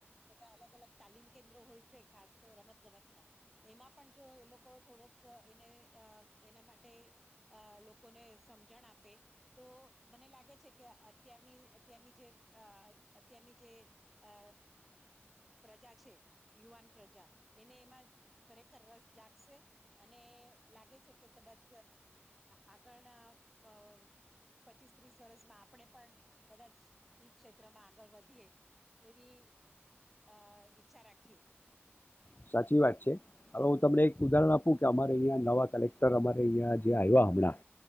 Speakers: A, in the centre; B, on the left.
A: બધા અલગ અલગ તાલીમ કેન્દ્રો હોય છે ખાસ તો રમત ગમત ના એમાં પણ જો એ લોકો થોડોક એને અ એના માટે અ લોકોને સમજણ આપે તો મને લાગે છે કે અત્યારની અત્યારની જે અત્યારની જે અ પ્રજા છે યુવાન પ્રજા એને એમાં ખરેખર રસ જાગશે અને લાગે છે કે કદાચ આગળના પ પચીસ ત્રીસ વર્ષમાં આપણે પણ કદાચ ઈ ક્ષેત્રમાં આગળ વધીએ એવી અ ઈચ્છા રાખીએ
B: સાચી વાત છે હવે હું તમને એક ઉદાહરણ આપું કે અમારે અહીં નવા કલેક્ટર અમારે અહંયા જે આવ્યા હમણાં